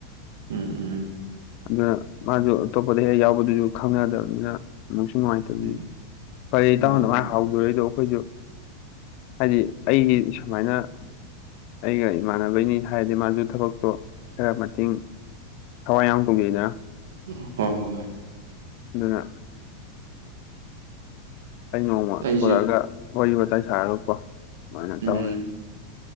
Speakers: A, on the right (about 80°); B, on the left (about 55°).
A: ꯎꯝ ꯎꯝ ꯎꯝ
B: ꯑꯗꯨꯅ ꯃꯥꯁꯨ ꯑꯇꯣꯞꯄꯗ ꯍꯦꯛ ꯌꯥꯎꯕꯗꯨꯁꯨ ꯈꯪꯉꯗꯕꯅꯤꯅ ꯑꯃꯨꯛꯁꯨ ꯅꯨꯡꯉꯥꯏꯇꯕꯗꯤ
A: ꯎꯝ
B: ꯐꯔꯦ ꯏ
A: ꯃꯥꯅꯤ
B: ꯇꯥꯃꯣꯗꯃꯥꯏꯅ
A: ꯃꯥꯅꯤ
B: ꯍꯧꯗꯣꯔꯦꯗꯣ ꯑꯩꯈꯣꯏꯁꯨ ꯍꯥꯏꯗꯤ ꯑꯩꯒꯤ ꯁꯨꯃꯥꯏꯅ ꯑꯩꯒ ꯏꯃꯥꯟꯅꯕꯩꯅꯤ ꯍꯥꯏꯔꯗꯤ ꯃꯥꯁꯨ ꯊꯕꯛꯇꯣ ꯈꯔ ꯃꯇꯦꯡ ꯊꯋꯥꯏ ꯌꯥꯎ ꯍꯒꯦꯗ
A: ꯍꯣꯏ ꯍꯣꯏ
B: ꯑꯗꯨꯅ ꯑꯩ ꯅꯣꯡꯃ
A: ꯑꯩꯁꯨ
B: ꯄꯨꯔꯛꯑꯒ ꯋꯥꯔꯤ ꯋꯥꯋꯇꯥꯏ ꯁꯥꯔꯨꯀꯣ ꯑꯗꯨꯃꯥꯏꯅ
A: ꯎꯝ
B: ꯇꯧꯔꯦ